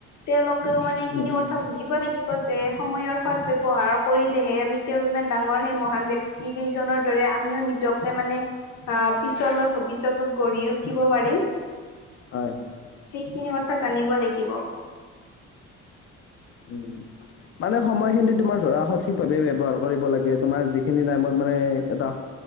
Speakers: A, on the left (about 75°); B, on the left (about 45°).
A: তেওঁলোকেও মানে এইখিনি
B: উম, উম।
A: কথা বুজিব লাগিব যে সময়ৰ সদ ব্যৱহাৰ কৰিলেহে আমি তেওঁ ইমান ডাঙৰ সেই মহান ব্যক্তি কেইজনৰ দৰে আমিও নিজকে মানে আহ পিছলৈ ভৱিষ্যত গঢ়ি উঠিব পাৰিম।
B: হয় হয়।
A: এইখিনি কথা জানিব লাগিব।
B: উম। মানে সময়খিনি তোমাৰ ধৰা সঠিক ভাৱে ব্যৱহাৰ কৰিব লাগে তোমাৰ যিখিনি টাইমত মানে এটা